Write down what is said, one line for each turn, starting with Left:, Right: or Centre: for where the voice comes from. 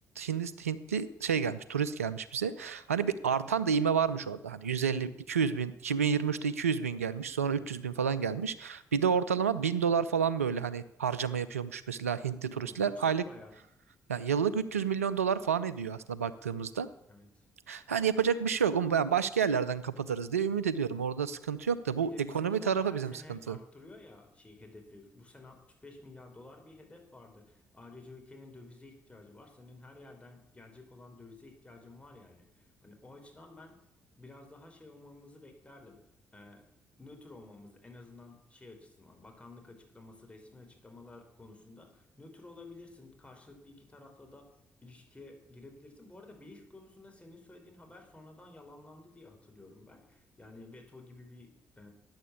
Right: Hindist, Hintli şey gelmiş, turist gelmiş bize. Hani bir artan da ivme varmış orada. Hani 150, 200 bin, 2023'te 200 bin gelmiş. Sonra 300
Left: Hı hı.
Right: bin falan gelmiş. Bir de ortalama 1000 dolar falan böyle hani harcama yapıyormuş mesela Hintli
Left: O
Right: turistler.
Left: yüksek
Right: Aylık
Left: bayağı.
Right: yani yıllık 300 milyon dolar falan ediyor aslında baktığımızda.
Left: Evet.
Right: Hani yapacak bir şey yok. Ama ben başka yerlerden kapatırız diye ümit ediyorum. Orada sıkıntı yok
Left: Ya
Right: da bu
Left: bir de
Right: ekonomi
Left: bizimkiler
Right: tarafı
Left: her
Right: bizim
Left: sene
Right: sıkıntı.
Left: arttırıyor ya şey hedefi. Bu sene 65 milyar dolar bir hedef vardı. Ayrıca ülkenin dövize ihtiyacı var. Senin her yerden gelecek olan dövize ihtiyacın var yani. Hani o açıdan ben biraz daha şey olmamızı beklerdim. Ee, nötr olmamızı en azından şey açısından bakanlık açıklaması, resmi açıklamalar konusunda nötr olabilirsin. Karşılıklı iki tarafla da ilişkiye girebilirsin. Bu arada bilgi konusunda senin söylediğin haber sonradan yalanlandı diye hatırlıyorum ben. Yani veto gibi bir e,